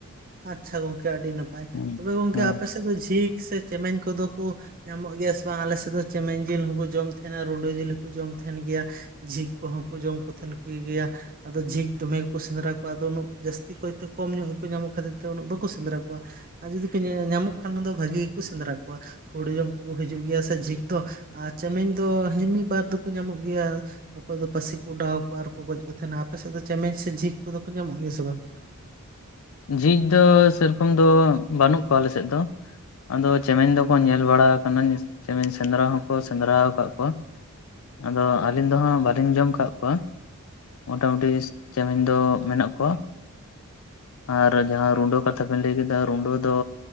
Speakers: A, on the right (about 40°); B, on the left (about 70°).
A: ᱟᱪᱷᱟ ᱜᱚᱝᱠᱮ ᱟᱹᱰᱤ ᱱᱟᱯᱟᱭ
B: ᱦᱩᱸ
A: ᱛᱚᱵᱮ ᱜᱚᱝᱠᱮ
B: ᱦᱮᱸ
A: ᱟᱯᱮ ᱥᱮᱫ ᱫᱚ ᱡᱷᱤᱠ ᱥᱮ ᱪᱮᱢᱮᱧ ᱠᱚᱫᱚ ᱠᱚ ᱧᱟᱢᱚᱜ ᱜᱮᱭᱟ ᱥᱮ ᱵᱟᱝ ᱟᱞᱮ ᱥᱮᱫ ᱫᱚ ᱪᱮᱢᱮᱧ ᱡᱤᱞ ᱦᱚᱸᱠᱚ ᱡᱚᱢ ᱛᱟᱦᱮᱸᱱᱟ ᱨᱩᱱᱰᱟᱹ ᱡᱤᱞ ᱦᱚᱸᱠᱚ ᱡᱚᱢ ᱛᱟᱦᱮᱸᱱ ᱜᱮᱭᱟ ᱡᱷᱤᱠ ᱠᱚᱦᱚᱸ ᱠᱚ ᱡᱚᱢ ᱠᱚ ᱛᱟᱦᱮᱸᱱ ᱠᱚ ᱜᱮᱭᱟ ᱟᱫᱚ ᱡᱷᱤᱠ ᱫᱚᱢᱮ ᱜᱮᱠᱚ ᱥᱮᱸᱫᱽᱨᱟ ᱠᱚᱣᱟ ᱟᱫᱚ ᱩᱱᱟᱹ ᱡᱟᱹᱥᱛᱤ ᱠᱚ ᱠᱟᱭᱛᱮ ᱠᱚᱢ ᱧᱚᱜ ᱜᱮᱠᱚ ᱧᱟᱢᱚᱜ ᱠᱟᱱᱟ ᱠᱷᱟᱹᱛᱤᱨ ᱛᱮ ᱩᱱᱟᱹᱜ ᱵᱟᱠᱚ ᱥᱮᱸᱫᱽᱨᱟ ᱠᱚᱣᱟ ᱟᱨ ᱡᱩᱫᱤ ᱠᱚ ᱧᱟᱢᱚᱜ ᱠᱷᱟᱱ ᱵᱷᱟᱹᱜᱤ ᱜᱮᱠᱚ ᱥᱮᱸᱫᱽᱨᱟ ᱠᱚᱣᱟ ᱦᱩᱲᱩ ᱡᱚᱢ ᱠᱚᱠᱚ ᱦᱤᱡᱩᱜ ᱜᱮᱭᱟ ᱥᱮ ᱡᱷᱤᱠ ᱫᱚ ᱟᱨ ᱪᱮᱢᱮᱧ ᱫᱚ ᱢᱤᱫ ᱵᱟᱨ ᱫᱚᱠᱚ ᱧᱟᱢᱚᱜ ᱜᱮᱭᱟ ᱚᱠᱚᱭ ᱫᱚ ᱯᱟᱹᱥᱤ ᱠᱚ ᱚᱰᱟᱣ ᱟᱠᱚᱣᱟ ᱟᱨᱠᱚ ᱜᱚᱡ ᱠᱚ ᱛᱟᱦᱮᱸᱱᱟ ᱟᱯᱮ ᱥᱮᱫ ᱫᱚ ᱪᱮᱢᱮᱧ ᱥᱮ ᱡᱷᱤᱠ ᱠᱚᱫᱚ ᱠᱚ ᱧᱟᱢᱚᱜ ᱜᱮᱭᱟ ᱥᱮ ᱵᱟᱝ
B: ᱡᱷᱤᱠ ᱫᱚ ᱥᱮᱨᱚᱠᱚᱢ ᱫᱚ ᱵᱟᱹᱱᱩᱜ ᱠᱚᱣᱟ ᱟᱞᱮᱥᱮᱫ ᱫᱚ ᱟᱫᱚ ᱪᱮᱢᱮᱧ ᱫᱚᱠᱚ ᱧᱮᱞ ᱵᱟᱲᱟ <unintelligible> ᱡᱮᱢ ᱥᱮᱸᱫᱽᱨᱟ ᱦᱚᱸᱠᱚ ᱥᱮᱸᱫᱽᱨᱟ ᱟᱠᱟᱫ ᱠᱚᱣᱟ ᱟᱫᱚ ᱟᱹᱞᱤᱧ ᱫᱚ ᱦᱟᱸᱜ ᱵᱟᱞᱤᱧ ᱡᱚᱢ ᱟᱠᱟᱫ ᱠᱚᱣᱟ ᱢᱚᱴᱟ ᱢᱩᱴᱤ ᱪᱮᱢᱮᱧ ᱫᱚ ᱢᱮᱱᱟᱜ ᱠᱚᱣᱟ ᱟᱨ ᱡᱟᱦᱟᱸ ᱨᱩᱰᱟᱹ ᱠᱟᱛᱷᱟ ᱵᱮᱤᱱ ᱞᱟᱹᱭ ᱠᱮᱫᱟ ᱨᱩᱱᱰᱟᱹ ᱫᱚ